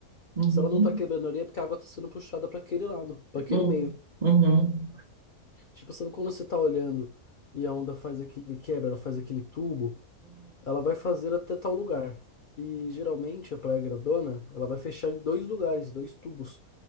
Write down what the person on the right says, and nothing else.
Uhum.
Uhum.
Uhum.